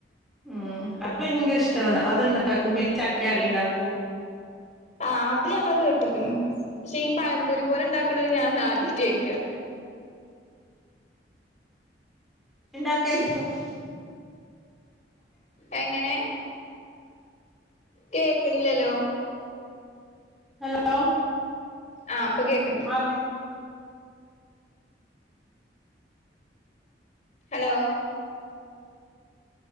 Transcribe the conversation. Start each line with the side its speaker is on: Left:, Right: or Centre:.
Centre: ഉം അപ്പൊ എനിക്ക് ഇഷ്ട്ടന്നെ അതു ഇന്ടാകുപ്പോൾ ചക്ക അട ഇണ്ടാകും
Left: ആ അത് ഞങ്ങൾ കേട്ടുകന്നെ ഈ പഴംപൊരി പോലെ ഉണ്ടാകുന്ന ഞൻ ആദ്യയി കേൾക്ക
Centre: ഇണ്ടാക്കല്ല <unintelligible>
Left: എങ്ങനെ കേൾക്കണ്ണില്ലല്ലോ
Centre: ഹലോ
Left: ആ ഇപ്പൊ കേൾക്കണ്ടേ
Centre: അവിടെ
Left: ഹലോ